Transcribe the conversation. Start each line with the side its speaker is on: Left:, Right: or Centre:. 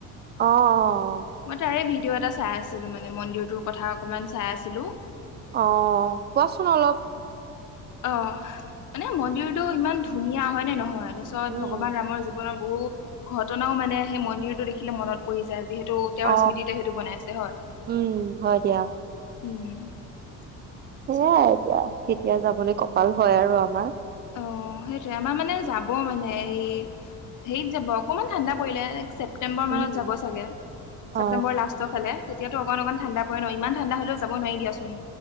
Right: অ'
Left: মই তাৰে ভিডিঅ' এটা চাই আছিলো মানে মন্দিৰটোৰ কথা অকণমান চাই আছিলো
Right: অ' কোৱাচোন অলপ
Left: অ' মানে মন্দিৰটো ইমান ধুনীয়া হয় নে নহয় তাৰপিছত
Right: উম
Left: ভগৱান ৰামৰ জী ৱনৰ বহু ঘটনাও মানে সেই মন্দিৰটো দেখিলে মনত পৰি যায় যিহেতু তেওঁৰ
Right: অ
Left: স্মৃতিতে সেইটো বনাইছে হয়
Right: উম হয় দিয়া
Left: উম তাৰপিছত
Right: সেয়াই এতিয়া কেতিয়া যাবলৈ কপাল হয় আৰু আমাৰ
Left: অ' সেইটোৱে আমাৰ মানে যাব মানে এই হেৰিত যাব অকণমান ঠাণ্ডা পৰিলে ছেপ্টেম্বৰ
Right: উম
Left: মানত যাব চাগে
Right: অ
Left: ছেপ্টেম্বৰৰ লাষ্ট টৰ ফালে তেতিয়াতো অকণ অকণ ঠাণ্ডা পৰে ন ইমান ঠাণ্ডা হ'লেও যাব নোৱাৰি দিয়াচোন